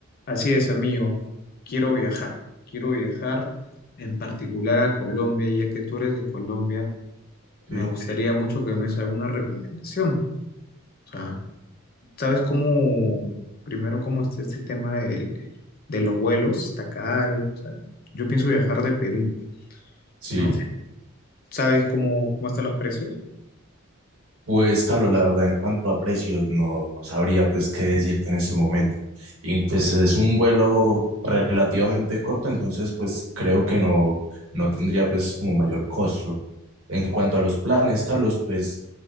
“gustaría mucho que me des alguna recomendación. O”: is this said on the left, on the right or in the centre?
Left